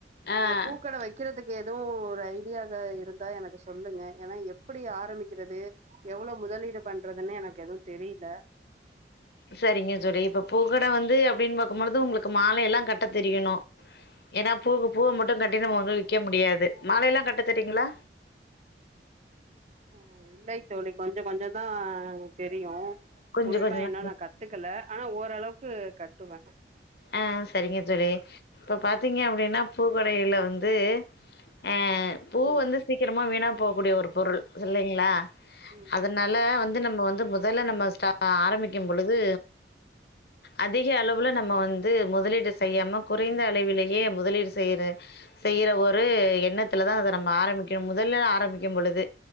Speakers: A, on the left (about 60°); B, on the right (about 40°).
A: ஆ
B: அந்த பூக்கட வைக்கிறதுக் கு எதுவு ஒரு ஐடியா எதா இருந்தா எனக்கு சொல்லுங்க ஏனா எப்டி ஆரம்பிக்கறது? எவ்வளவு முதலீடு பண்றதுன்னே எனக்கு எதுவு தெரியில
A: சரிங்க தோழி இப்ப பூக்கட வந்து அப்டினு பாக்கம்பொழுது ஒங்ளுக்கு மாலை எல்லா கட்டத் தெரியணு ஏன்னா பூக்கு பூவ மட்டு கட்டி நம்ம வந்து விக்க முடியாது மாலைல்லா கட்ட தெரியுங்களா?
B: அ இல்லை தோழி கொஞ்சொ கொஞ்சொந்தா தெரியு
A: கொஞ்ச
B: முழுசா
A: கொஞ்ச தாங்க
B: இன்னு நா கத்துக்கல ஆனா ஓரளவுக்கு கட்டுவ
A: ஆ சரிங்க தோழி இப்ப பாத்தீங்க அப்டின்னா பூக்கடைய்ல வந்து அ பூ
B: ம்
A: வந்து சீக்கரமா வீணா போகக்கூடிய ஒரு பொருள் இல்லைங்ளா
B: ம்
A: அதனால வந் து நம்ம வந்து மொதல்ல நம்ம ஸ்டா ஆரம்பிக்கும் பொழுது அதிக அளவுல நம்ம வந் து முதலீடு செய்யாம குறைந்த அளவிலேயே முதலீடு செய்ற செய்ற ஒரு எண்ணத்துல தா அத நம்ம ஆரம்பிக்கணு முதல்ல ஆரம்பிக்கும்பொழுது.